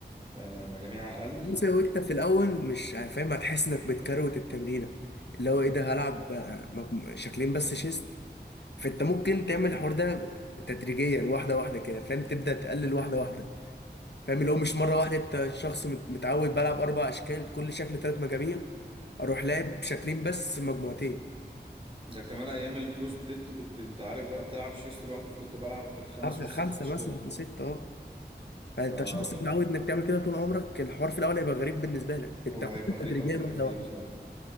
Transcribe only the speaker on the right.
م- م- مجاميع اقل
وده
كمان ايام البرو سبليت كنت انت عارف بقى بتلعب شيست لوحده فكنت بلعب بالخمس
والست
اشكال
فهو
هيبقى
غريب
قوي بالنسبه
لي بصراحه